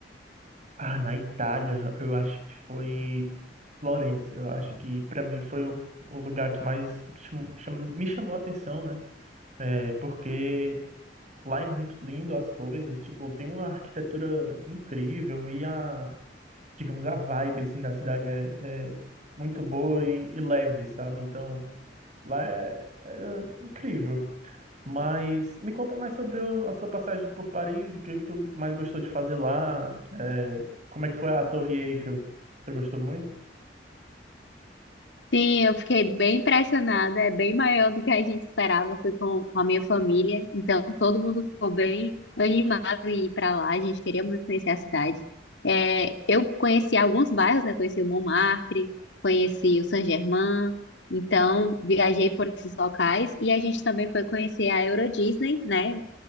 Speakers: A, on the right; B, on the left.
A: Ah, na Itália, eu acho que foi Florença. Eu acho que para mim foi o, o lugar que mais cham- cham- me chamou a atenção, né? É, porque lá é muito lindo as coisas, tipo, tem uma arquitetura incrível e a, digamos, a vibe assim da cidade é, é muito boa e, e leve, sabe? Então Lá é, era incrível. Mas me conta mais sobre o- a sua passagem por Paris, o que é que tu mais gostou de fazer lá, é, como é que foi a Torre Eiffel? Você gostou muito?
B: Sim, eu fiquei bem impressionada. É bem maior do que a gente esperava. Fui com, com a minha família, então todo mundo ficou bem animado em ir para lá. A gente queria muito conhecer a cidade. É, eu conheci alguns bairros, né? Conheci o Montmartre, conheci o Saint-Germain. Então viajei por esses locais e a gente também foi conhecer a Euro Disney, né?